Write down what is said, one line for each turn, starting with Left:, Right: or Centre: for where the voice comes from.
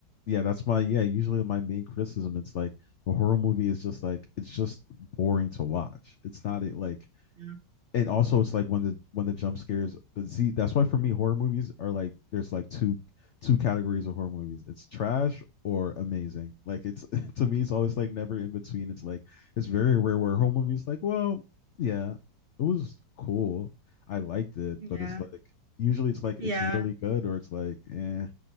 Left: yeah, that's my yeah. Usually my main criticism, it's like a horror movie is just like it's just boring to watch. It's not it like,
Right: Yeah.
Left: and also it's like when the when the jump scares. The, z. that's why for me horror movies are like there's like two two categories of horror movies. It's trash or amazing. Like it's <laughs> to me, it's always like never in between. It's like it's very rare where a horror movie is like, well, yeah, it was cool. I liked it,
Right: Yeah.
Left: but it's like usually it's like
Right: Yeah.
Left: it's really good or it's like, eh,